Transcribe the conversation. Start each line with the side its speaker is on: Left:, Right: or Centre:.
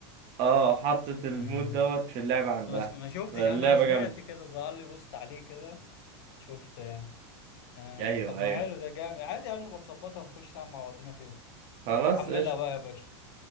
Right: آه، حطت المود
Left: آه.
Right: دوت في اللعبة عندها
Left: بس ما ما شفتش
Right: فاللعبة
Left: انا سمعت
Right: جامدة
Left: كده ظهر لي بوست عليه كده شفته يعني آه.
Right: ايوه
Left: طب ما
Right: ايوه
Left: حلو ده جامد عادي هنبقى نظبطها نخش نلعب مع بعضينا فيهم
Right: خلاص
Left: طب بحملها
Right: قشطة
Left: بقى يا باشا